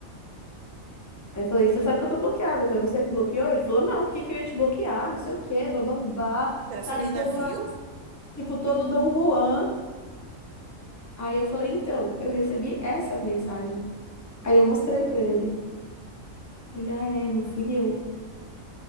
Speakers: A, on the left (about 20°); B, on the right (about 75°).
A: Aí eu falei, você sabe que eu tô bloqueada. Foi você que bloqueou? Ele falou, não, por que que eu ia te bloquear? Não sei o quê, bababá.
B: Será
A: Sabe,
B: que essa menina
A: todo, a-
B: viu?
A: tipo, todo Dom Juan. Aí eu falei, então, eu recebi essa mensagem. Aí eu mostrei pra ele. Ele, ah, é, não fui eu.